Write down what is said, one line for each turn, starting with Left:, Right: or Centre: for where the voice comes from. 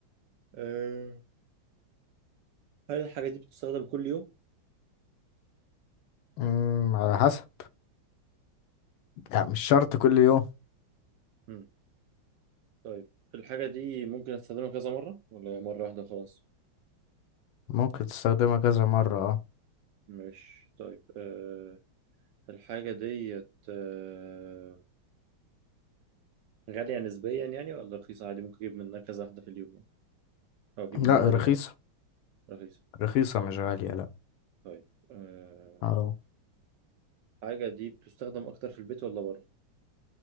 Right: آه، هل الحاجة دي بتستخدم كل يوم؟
Left: أمم، على حسب يعني مش شرط كل يوم
Right: مم. طيب الحاجة دي ممكن أستخدمها كذا مرة ولا هي مرة واحدة خلاص؟
Left: ممكن تستخدمها كذا مرة اه
Right: مش طيب آه، الحاجة ديت آه، غالية نسبيا يعني ولا رخيصة عادي ممكن أجيب منها كذا واحدة في اليوم يعني أو أجيب
Left: لا
Right: منها عادي
Left: رخيصة
Right: براحتي رخيصة
Left: رخيصة مش غالية لا
Right: طيب آه،
Left: اه
Right: الحاجة دي بتستخدم أكتر في البيت ولا بره؟